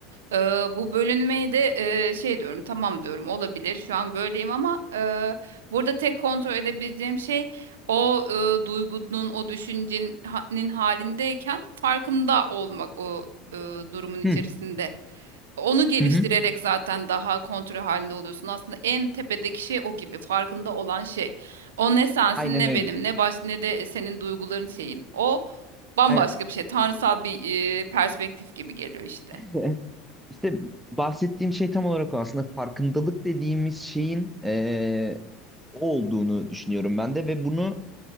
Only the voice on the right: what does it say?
E, bu bölünmeyi de e, şey diyorum, tamam diyorum, olabilir. Şu an böyleyim ama e, burada tek kontrol edebileceğim şey o e, duygunun, o düşüncenin halindeyken farkında olmak. O e, durumun içerisinde.
Onu geliştirerek
zaten daha kontrol halinde oluyorsun. Aslında en tepedeki şey o gibi farkında olan şey. O ne sensin
ne
benim ne baş ne de senin duyguların şeyin. O bambaşka
bir şey. Tanrısal bir e, perspektif gibi geliyor işte.